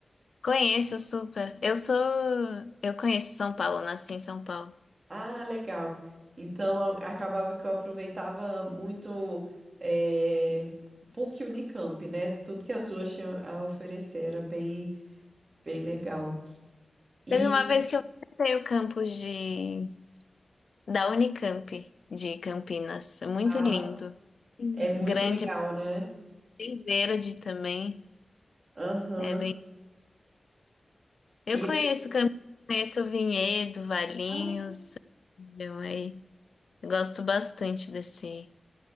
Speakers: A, on the left; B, on the right.
A: Conheço super. Eu sou. Eu conheço São Paulo, nasci em São Paulo.
B: Ah, legal. Então a- acabava que eu aproveitava muito eh, PUC e Unicamp, né? Tudo que as duas tinham a oferecer era bem, bem legal. E
A: Teve uma vez que eu visitei o campus de... da Unicamp, de Campinas. É Muito
B: ah,
A: lindo. Sim.
B: é muito
A: Grande,
B: legal, né?
A: bem verde também.
B: Aham.
A: É bem... Eu
B: E
A: conheço Campinas, conheço Vinhedo, Valinhos.
B: ah,
A: Então aí. Eu gosto bastante desse...